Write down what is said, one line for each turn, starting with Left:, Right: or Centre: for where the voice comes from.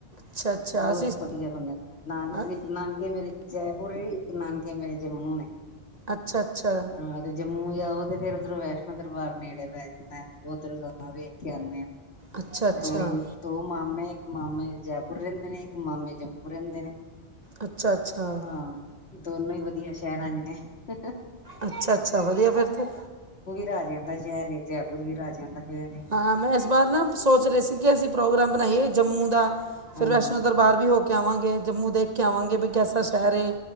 Right: ਅੱਛਾ ਅੱਛਾ
Left: ਬਹੁਤ
Right: ਅਸੀਂ
Left: ਵਧੀਆ ਬਣਿਆਦਾ, ਨਾਨਕੇ
Right: ਅ-
Left: ਨਾਨਕੇ ਮੇਰੇ ਜੈਪੁਰ ਏ, ਇੱਕ ਨਾਨਕੇ ਮੇਰੇ ਜਮੂ ਨੇ
Right: ਅੱਛਾ ਅੱਛਾ
Left: ਹਾਂ ਤੇ ਜੰਮੂ ਜਾਓ ਤੇ ਫੇਰ ਓਧਰੋਂ ਵੈਸ਼ਨੋ ਦਰਬਾਰ ਨੇੜੇ ਪੈ ਜਾਂਦਾ ਏ, ਉਧਰੋਂ <unintelligible> ਵੇਖ ਕੇ ਆਣੇ ਆ।
Right: ਅੱਛਾ ਅੱਛਾ
Left: ਦੋ, ਦੋ ਮਾਮੇ ਇੱਕ ਮਾਮੇ ਜੈਪੁਰ ਰਹਿੰਦੇ ਨੇ, ਇੱਕ ਮਾਮੇ ਜੰਮੂ ਰਹਿੰਦੇ ਨੇ।
Right: ਅੱਛਾ ਅੱਛਾ
Left: ਹਾਂ ਦੋਨੋ ਹੀ ਵਧੀਆ ਸ਼ਹਿਰਾਂ ਦੇ ਨੇ।
Right: ਅੱਛਾ-ਅੱਛਾ ਵਧੀਆ ਫਿਰ ਤੇ।
Left: ਰਾਜੇਆਂ ਦਾ ਸ਼ਹਿਰ ਏ ਜੈਪੁਰ ਵੀ ਰਾਜੇਆਂ ਦਾ ਸ਼ਹਿਰ ਏ
Right: ਹਾਂ ਮੈਂ ਇਸ ਬਾਰ ਨਾ ਸੋਚ ਰਹੇ ਸੀ ਕਿ ਅਸੀਂ ਪ੍ਰੋਗਰਾਮ ਬਣਾਈਏ ਜੰਮੂ ਦਾ
Left: ਹਾਂ।
Right: ਫਿਰ ਵੈਸ਼ਨੋ ਦਰਬਾਰ ਵੀ ਹੋ ਕੇ ਆਵਾਂਗੇ, ਜੰਮੂ ਦੇਖ ਕੇ ਆਵਾਂਗੇ, ਬੀ ਕੈਸਾ ਸ਼ਹਿਰ ਏ?